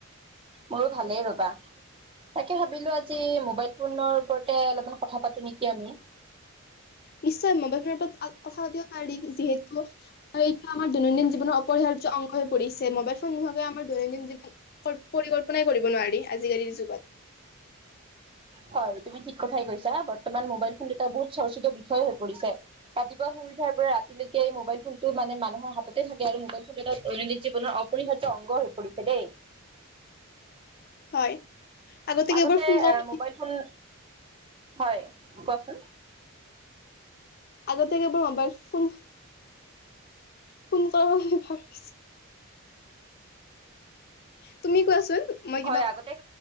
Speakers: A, on the right; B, on the left.
A: মোৰো ভালেই ৰ'বা। তাকে ভাবিলো আজি মোবাইল ফোনৰ ওপৰতে অলপমান কথা পাতো নেকি আমি?
B: নিশ্চয় মোবাইল ফোনৰ ওপৰত কথা পাতিব পাৰি, যিহেতু এইটো আমাৰ দৈনন্দিন জীৱনৰ অপৰিহাৰ্য অংগ হৈ পৰিছে। মোবাইল ফোন নোহোৱাকৈ আমাৰ দৈনন্দিন জীৱন পৰিকল্পনাই কৰিব নোৱাৰি, আজিকালিৰ যুগত।
A: হয় তুমি ঠিক কথাই কৈছা, বৰ্তমান মোবাইল ফোন এটা বহুত চৰ্চিত বিষয় হৈ পৰিছে, ৰাতিপুৱা শুই উঠাৰ পৰা ৰাতিলৈকে এই মোবাইল ফোনটো মানে মানুহৰ হাততে থাকে আৰু মোবাইল ফোনটো এটা দৈনন্দিন জীৱনৰ অপৰিহাৰ্য অংগ হৈ পৰিছে দেই।
B: হয়।
A: আগতে
B: কেৱল ফোন কৰা
A: এ মোবাইল ফোন হয়। কোৱাচোন।
B: আগতে <unintelligible> মোবাইল ফোন। <unintelligible> তুমি কোৱাচোন মই
A: হয়
B: কিবা
A: আগতে এ